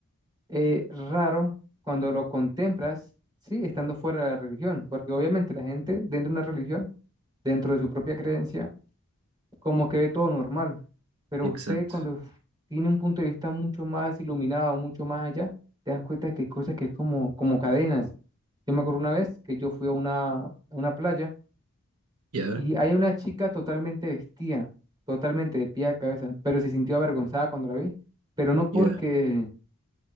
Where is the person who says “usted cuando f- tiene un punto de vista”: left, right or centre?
Right